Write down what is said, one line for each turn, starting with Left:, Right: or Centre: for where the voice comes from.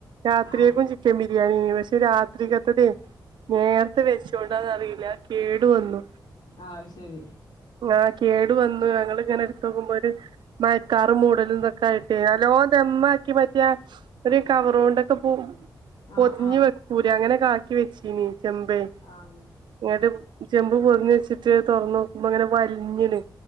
Right: രാത്രിയേക്കും
Left: ആഹ്
Right: ചിക്കൻബി ബിരിയാണി പക്ഷെ രാത്രിക്കകത്തൊക്കെ നേരത്തെ വെച്ചോണ്ടാന്നറിയില്ല കേടു വന്നു
Left: ആ ഹ്ശെരി
Right: ആഹ് കേടു വന്നു ഞങ്ങളിങ്ങനെ ത്തോക്കുമ്പോ ഒര് മയക്കാറും മൂടലു തൊക്കെയിട്ട് അല്ലോം ദമ്മാക്കി പറ്റിയ ഒരു കവറ് കൊണ്ടൊക്കെ പോ പൊതിഞ്ഞു
Left: ആഹ് ആഹ്
Right: വക്കൂലേഅങ്ങനെ ഒക്കെ ആക്കി വെച്ചീനി ചെമ്പ്
Left: ആഹ്
Right: ഇങ്ങട്ട് ചെമ്പ് പൊതിഞ്ഞ് വെച്ചിട്ട് തുറന്ന് നോക്കുമ്പോ അങ്ങനെ വലഞ്ഞിണ്